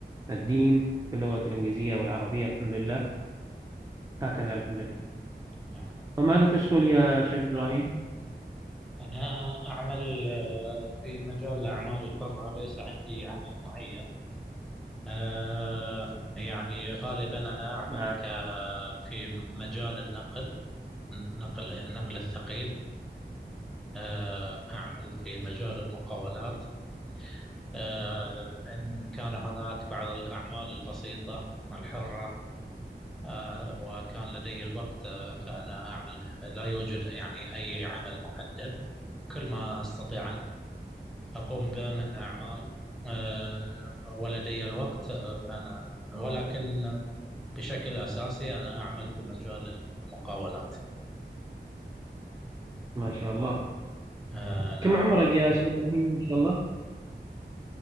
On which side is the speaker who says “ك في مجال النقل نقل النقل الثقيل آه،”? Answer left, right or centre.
Centre